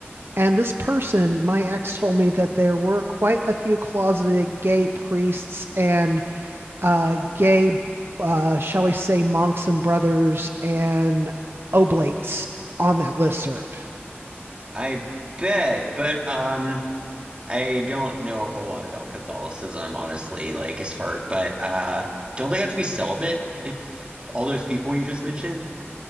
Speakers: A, on the right; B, on the right.
A: And this person, my ex told me that there were quite a few closeted gay priests and uh, gay, uh, shall we say, monks and brothers and oblates on that list serve.
B: I bet, but um, I don't know a whole lot about Catholicism, honestly. Like, as far, but uh, don't they have to be celibate if all those people you just mentioned?